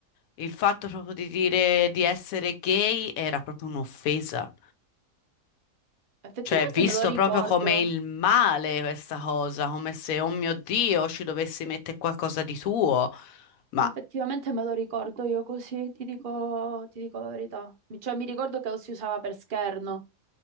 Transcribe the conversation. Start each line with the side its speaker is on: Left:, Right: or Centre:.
Left: il fatto proprio di dire di essere gay era proprio un'offesa.
Right: Effettivamente
Left: Cioè, visto
Right: me lo ricordo,
Left: proprio come il male questa cosa, come se, oh mio Dio, ci dovessi mettere qualcosa di tuo. Ma
Right: effettivamente me lo ricordo io così, ti dico, ti dico la verità. Mi- Cioè mi ricordo che lo si usava per scherno,